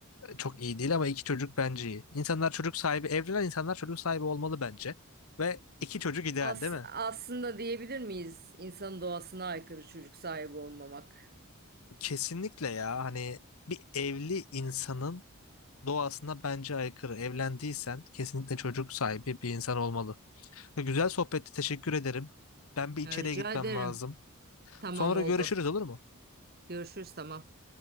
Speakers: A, on the left; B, on the right.
A: e, çok iyi değil ama iki çocuk bence iyi. İnsanlar çocuk sahibi, evlenen insanlar çocuk sahibi olmalı bence. Ve iki çocuk ideal
B: As
A: değil mi?
B: aslında diyebilir miyiz insan doğasına aykırı çocuk sahibi olmamak?
A: Kesinlikle ya hani bir evli insanın doğasına bence aykırı. Evlendiysen kesinlikle çocuk sahibi bir insan olmalı. Güzel sohbetti, teşekkür ederim. Ben bir
B: Ya
A: içeriye
B: Rica
A: gitmem
B: ederim.
A: lazım.
B: Tamam
A: Sonra
B: oldu.
A: görüşürüz olur mu?
B: Görüşürüz tamam.